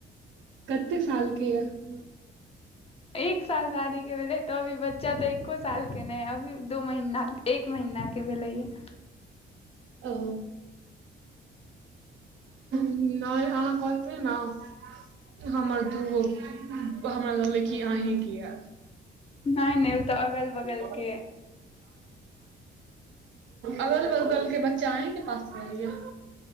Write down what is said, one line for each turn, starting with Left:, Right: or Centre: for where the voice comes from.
Right: कते साल के या? <inaudible>
Left: एक साल शादीके भेलै त अभी बच्चा त एको सा सालके नै अभी दू महिनाके एक महिनाके भेलैया।
Right: ओ। नय अहाँ कहत रही न। हमर दू गो हमरा लगलै कि अहींके या।
Left: नै नै उ त अगल
Right: <inaudible>
Left: बगल के
Right: अगल बगल के बच्चा अहींके पास रहैया।